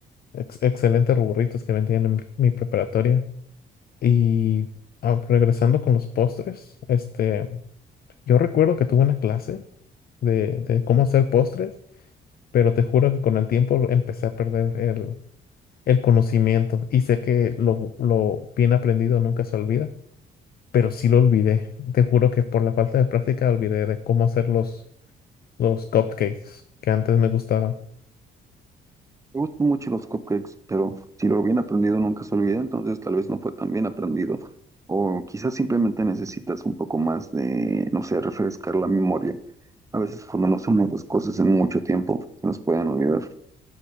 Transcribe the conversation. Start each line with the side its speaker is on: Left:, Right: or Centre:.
Left: Ex- excelentes burritos que vendían en mi preparatoria. Y ah, regresando con los postres, este, yo recuerdo que tuve una clase de, de cómo hacer postres, pero te juro que con el tiempo empecé a perder el, el conocimiento. Y sé que lo, lo bien aprendido nunca se olvida, pero sí lo olvidé. Te juro que por la falta de práctica olvidé de cómo hacer los los cupcakes que antes me gustaban.
Right: Me gustan mucho los cupcakes, pero si lo bien aprendido nunca se olvida, entonces tal vez no fue tan bien aprendido. O quizás simplemente necesitas un poco más de, no sé, refrescar la memoria. A veces cuando no hacemos las cosas en mucho tiempo, se nos pueden olvidar.